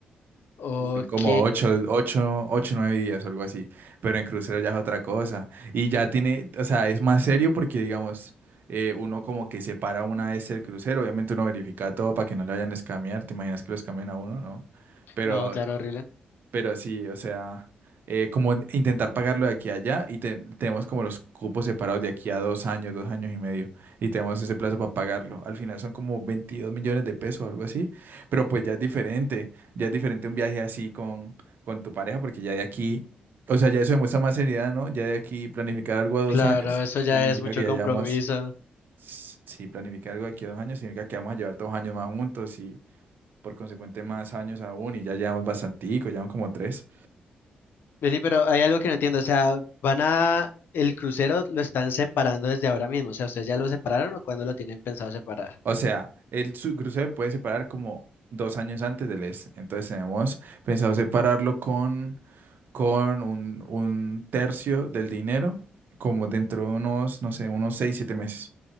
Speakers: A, on the left; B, on the right.
A: Ok.
B: Y Son como ocho, ocho, ocho, nueve días o algo así. Pero en crucero ya es otra cosa. Y ya tiene, o sea, es más serio porque, digamos, eh, uno como que separa una vez el crucero. Obviamente uno verifica todo para que no lo vayan a escamear. ¿Te imaginas que lo escamen a uno? No. Pero
A: No, claro, horrible.
B: pero sí, o sea, eh, como en- intentar pagarlo de aquí a allá y te- tenemos como los cupos separados de aquí a dos años, dos años y medio y tenemos ese plazo para pagarlo. Al final son como 22 millones de pesos o algo así, pero pues ya es diferente, ya es diferente un viaje así con, con tu pareja porque ya de aquí, o sea, ya eso demuestra más seriedad, ¿no? Ya de aquí planificar algo a dos
A: Claro,
B: años
A: eso ya
B: significa
A: es mucho
B: que ya
A: compromiso.
B: llevamos, s- sí, planificar algo de aquí a dos años significa que vamos a llevar dos años más juntos y por consecuente más años aún y ya llevamos bastantico, llevamos como tres.
A: Vení, pero hay algo que no entiendo. O sea, van a... El crucero lo están separando desde ahora mismo. O sea, ¿ustedes ya lo separaron o cuándo lo tienen pensado separar?
B: O sea, el su- crucero se puede separar como dos años antes del ES. Entonces tenemos pensado separarlo con, con un, un tercio del dinero, como dentro de unos, no sé, unos seis, siete meses.